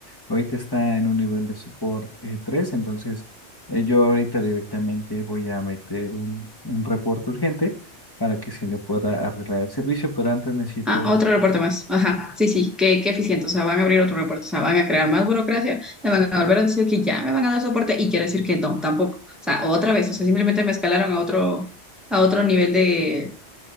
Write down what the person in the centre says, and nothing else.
Ah, otro aeropuerto más. Ajá, sí, sí, qué, qué eficiente. O sea, van a abrir otro aeropuerto, o sea, van a crear más burocracia, me van a volver a decir que ya me van a dar soporte y quiere decir que no, tampoco. O sea, otra vez, o sea, simplemente me escalaron a otro, a otro nivel de,